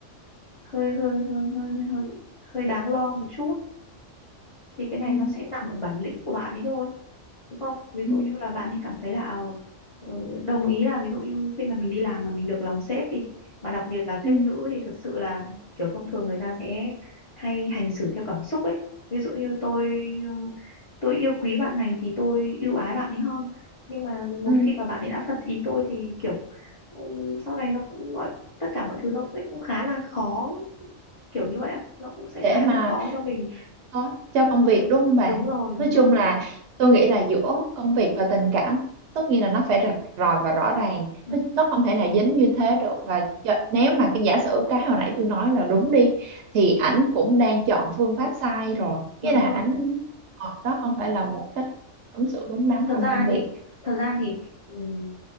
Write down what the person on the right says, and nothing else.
ừ,
ừ,
ừ,
ừ.
để
mà
có cho công
việc
đúng không bà
nói chung
là
tôi nghĩ là giữa công việc và tình cảm tất nhiên là nó phải rạch ròi và rõ ràng
nó, nó không thể nào dính như thế được và cho- nếu mà cái giả sử cái hồi nãy tôi nói là đúng đi thì ảnh cũng đang chọn phương pháp sai rồi
nghĩa là
ảnh ờ, đó không phải là một cách ứng xử đúng đắn
trong
công việc